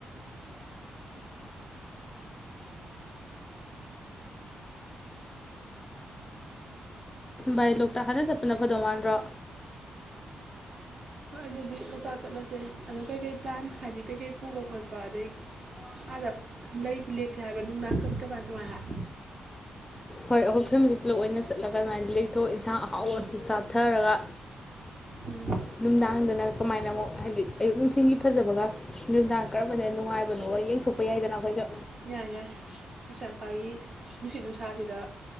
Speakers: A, on the left; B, on the right.
A: ꯚꯥꯏ ꯂꯣꯛꯇꯥꯛ ꯍꯅ ꯆꯠꯄꯅ ꯐꯗꯧ ꯃꯥꯟ꯭ꯔꯣ
B: ꯍꯣꯏ ꯑꯗꯨꯗꯤ ꯂꯣꯛꯇꯥꯛ ꯆꯠꯂꯁꯦ ꯑꯗꯣ ꯀꯩꯀꯩ ꯄ꯭ꯂꯥꯟ ꯍꯥꯏꯗꯤ ꯀꯩꯀꯩ ꯄꯨꯕ ꯈꯣꯠꯄ ꯑꯗꯩ ꯑꯥꯗ ꯂꯩꯁꯤ ꯂꯦꯛꯁꯦ ꯍꯥꯏꯕ꯭ꯔꯥ ꯅꯨꯡꯗꯥꯡ ꯀꯃꯥꯏ ꯀꯃꯥꯏ ꯍꯥꯏ
A: ꯍꯣꯏ ꯑꯩꯈꯣꯏ ꯐꯦꯃꯤꯂꯤ ꯄꯨꯂꯞ ꯑꯣꯏꯅ ꯆꯠꯂꯒ ꯑꯗꯨꯃꯥꯏꯅ ꯂꯩꯊꯣꯛ ꯌꯦꯟꯁꯥꯡ ꯑꯍꯥꯎꯁꯨ ꯆꯥꯊꯔꯒ
B: ꯎꯝ
A: ꯅꯨꯡꯗꯥꯡꯗꯅ ꯀꯃꯥꯏꯅ ꯑꯃꯨꯛ ꯍꯥꯏꯗꯤ ꯑꯌꯨꯛ ꯅꯨꯡꯊꯤꯜꯒꯤ ꯐꯖꯕꯒ ꯅꯨꯃꯤꯗꯥꯡ ꯀꯔꯝꯕꯅ ꯅꯨꯡꯉꯥꯏꯕꯅꯣꯒ ꯌꯦꯡꯊꯣꯛꯄ ꯌꯥꯏꯗꯅ ꯑꯩꯈꯣꯏꯁꯨ
B: ꯌꯥꯏ ꯌꯥꯏ ꯎꯆꯥꯥ ꯑꯄꯥꯒꯤ ꯅꯨꯡꯁꯤꯠ ꯅꯨꯡꯁꯥꯁꯤꯗ